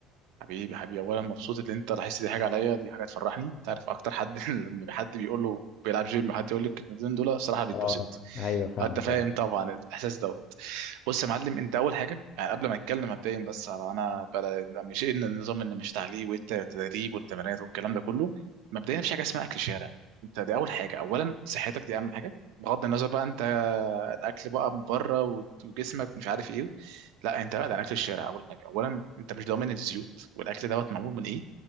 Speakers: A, on the right; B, on the left.
A: حبيبي حبيبي اولا مبسوط ان انت لاحظت دي حاجه عليا دي حاجه تفرحني انت عارف اكتر حد <laughs> لما حد بيقول له بيلعب جيم وحد يقول لك الكلمتين دول الصراحه بيتبسط
B: اه ايوه فاهمك
A: انت فاهم طبعا الاحساس دوت بص يا معلم انت اول حاجه يعني قبل ما نتكلم مبدئيا بس على انا بقى مش ان النظام اللي مشيت عليه والتدريب والتمرينات والكلام ده كله مبدئيا مفيش حاجه اسمها اكل شارع انت دي اول حاجه اولا صحتك دي اهم حاجه بغض النظر بقى انت الاكل بقى من بره وت- وجسمك مش عارف ايه لا انت بعد عن اكل الشارع اول حاجه اولا انت مش ضامن الزيوت والاكل دوت معمول من ايه